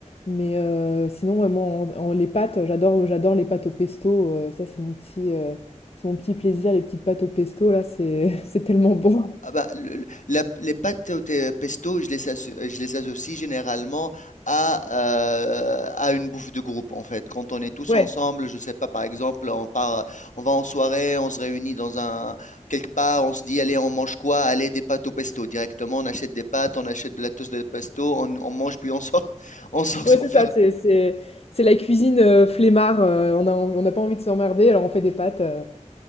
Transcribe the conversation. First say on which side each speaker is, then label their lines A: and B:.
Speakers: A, on the left (about 55°); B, on the left (about 85°).
A: Mais, heu, sinon, ouais, moi en en les pâtes, j'adore j'adore les pâtes au pesto, heu, ça c'est mon petit, heu, c'est mon petit plaisir, les petites pâtes au pesto là, c'est <laughs> c'est tellement bon.
B: Ah bah, le- le- la- les pâtes au te- pesto, je les, asso- je les associe généralement à, euh, à une bouffe de groupe, en fait. Quand on est tous
A: Ouais.
B: ensemble, je sais pas, par exemple, on part, on va en soirée, on se réunit dans un, quelque part, on se dit, allez, on mange quoi? Allez, des pâtes au pesto. Directement, on achète des pâtes, on achète de la toast de pesto, on, on mange, puis on sort, <laughs> on sort
A: Ouais,
B: se
A: c'est
B: faire
A: ça, c'est c'est c'est la cuisine, heu, flemmard, heu, on a env on n'a pas envie de s'emmerder, alors on fait des pâtes, heu,